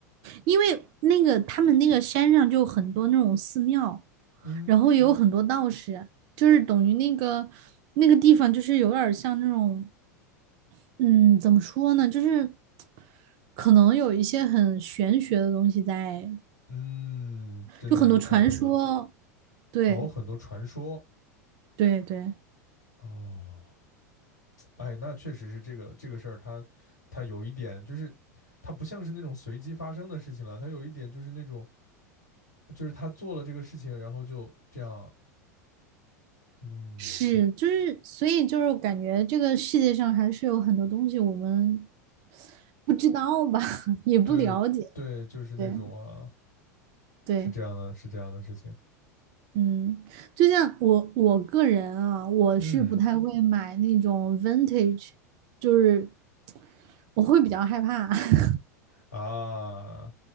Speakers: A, on the right; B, on the left.
A: 因为那个他们那个山上就很多那种寺庙，
B: 嗯
A: 然后也有很多道士，就是等于那个那个地方就是有点儿像那种，嗯，怎么说呢，就是可能有一些很玄学的东西在
B: 嗯，真的有可能呢，
A: 就很多传说，对
B: 哦，很多传说
A: 对对，
B: 哦，哎，那确实是这个这个事儿，它它有一点就是它不像是那种随机发生的事情了，它有一点就是那种就是他做了这个事情，然后就这样，嗯。
A: 是，就是所以就是感觉这个世界上还是有很多东西我们不知道吧，<laughs> 也不了解，
B: 对对，就是那种啊，
A: 对对，
B: 是这样的，是这样的事情。
A: 嗯，就像我我个人啊，我是不太会买那种
B: 嗯
A: vintage，就是我会比较害怕，<laughs>
B: 啊，